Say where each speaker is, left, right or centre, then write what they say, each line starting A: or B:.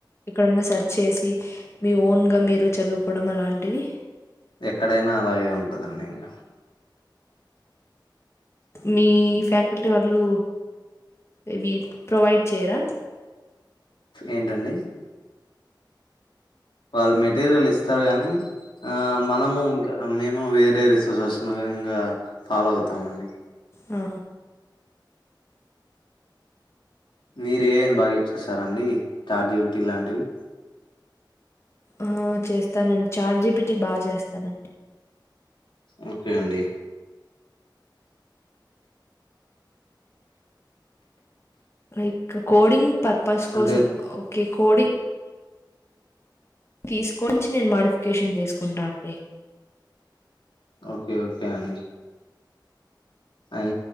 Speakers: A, on the left; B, on the left.
A: ఎక్కడన్నా సెర్చ్ చేసి మీ ఓన్ గా మీరు చదువుకోవడం అలాంటివి
B: ఎక్కడైనా అలాగే ఉంటందండి ఇంగ
A: మీ ఫ్యాకల్టీ వాళ్ళు ఇవి ప్రొవైడ్ చేయరా
B: ఏంటండి వాళ్ళు మెటీరియల్ ఇస్తారు గాని ఆ మనము ఇంకా మేము వేరే రిసోర్సెస్ ను ఇంగ ఫాలో అవుతామ అండి
A: ఆ
B: మీరు ఏ ఐని బాగా యూస్ చ్చేస్తారండి చాట్ జిపిటి లాంటివి
A: ఆ చేస్తానండి చార్జీపిటిటీ బాగా చేస్తానం
B: ఓకే అండి
A: లైక్ కోడింగ్ పర్పస్ కోసం
B: అంటే
A: ఓకే కోడింగ్ తీసుకొచ్చి నేను మాోడిఫికేషన్ చేసుకుంటాఅండి
B: ఓకే ఓకే అండి అయ్